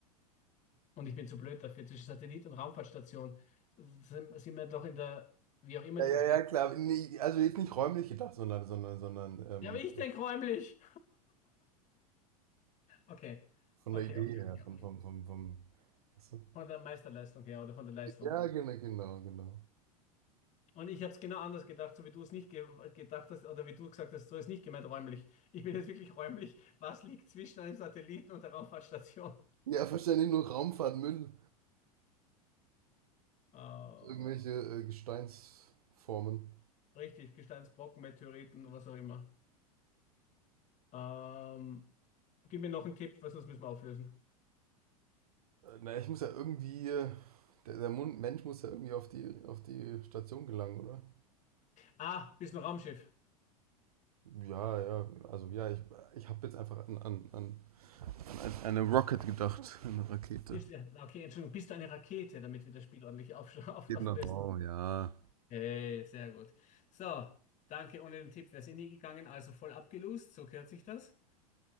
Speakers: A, on the left; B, on the right.
A: Und ich bin zu blöd dafür. Zwischen Satellit und Raumfahrtstation sind, sind wir doch in der, wie auch immer
B: Ja,
A: diese.
B: ja, ja, klar. Nee, also jetzt nicht räumlich gedacht, sondern, sondern, sondern ähm,
A: Ja, aber ich denke räumlich. Okay,
B: von
A: okay,
B: der Idee
A: okay,
B: her,
A: okay,
B: von,
A: okay.
B: vom, vom, vom. Weißt du?
A: Von der Meisterleistung her oder von der Leistung.
B: Ja, genau, genau, genau.
A: Und ich habe es genau anders gedacht, so wie du es nicht ge gedacht hast oder wie du gesagt hast, so ist nicht gemeint räumlich. Ich bin jetzt wirklich räumlich. Was liegt zwischen einem Satelliten und der Raumfahrtstation?
B: Ja, verständlich nur Raumfahrt, Müll,
A: Äh,
B: irgendwelche äh, Gesteinsformen.
A: richtig, Gesteinsbrocken, Meteoriten, was auch immer. Ähm, gib mir noch einen Tipp, was sonst müssen wir auflösen.
B: Äh, na, ich muss ja irgendwie, äh, der, der Mund, Mensch muss ja irgendwie auf die, auf die Station gelangen, oder?
A: Ah, bist du ein Raumschiff?
B: Ja, ja, also ja, ich, ich habe jetzt einfach an, an, an, an eine Rocket gedacht, eine Rakete.
A: Bist, ja, okay, Entschuldigung, bist du eine Rakete, damit wir das Spiel ordentlich auf, <laughs> auf,
B: Genau,
A: auflösen?
B: Oh ja.
A: Hey, sehr gut. So, danke. Ohne den Tipp wäre es eh nie gegangen, also voll abgelost, so gehört sich das.